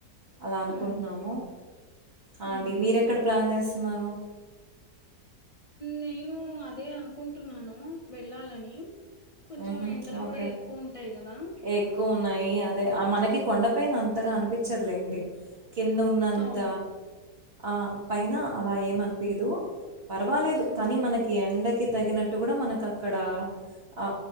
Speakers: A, on the right; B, on the left.
A: అలా అనుకుంటున్నాము
B: ఉమ్
A: ఆ
B: ఉహు
A: అండి మీర ఎక్కడ ప్లాన్ చేస్తా సినారు
B: నేను అదే అనుకుంటున్నాను వెళ్ళాలని కొంచెం
A: హుహు.
B: ఎండలు
A: ఓకే.
B: కూడా ఎక్కువ ఉంటాయి కదా
A: ఎక్కువున్నాయి. అదే ఆ మనకి కొండపైయిన అంతగా అనిపించదలేండి కింద ఉన్నంత
B: అవును
A: ఆ పైన అలా ఏమనిపియాదు పర్వాలేదు
B: ఉమ్
A: కానీ మనకి ఎండ కి తగినట్టు కూడా మనకు అక్కడ అ